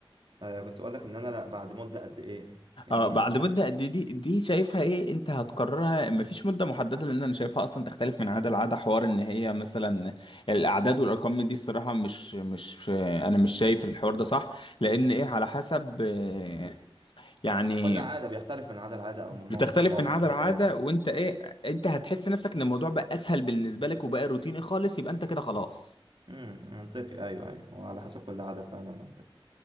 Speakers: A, on the right; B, on the left.
A: آه كنت اقول لك ان انا لا بعد مدة قد ايه يعني
B: اه بعد مدة قد إيه دي دي شايفها ايه انت هتقررها مفيش مدة محددة لان انا شايفها اصلا تختلف من عادة لعادة حوار ان هي مثلا الاعداد والارقام من دي الصراحة مش مش انا مش شايف
A: مم.
B: الحوار ده صح لان ايه على حسب آه، يعني
A: ك- كل عادة بيختلف من عادة لعادة او
B: بتختلف
A: من موقف لموقف
B: من عادة
A: او
B: لعادة
A: كده
B: وانت ايه انت هتحس نفسك ان الموضوع بقى اسهل بالنسبة لك وبقى روتيني خالص يبقى انت كده خلاص
A: مم. منطقي ايوه ايوه وعلى حسب كل عادة فعلا او كده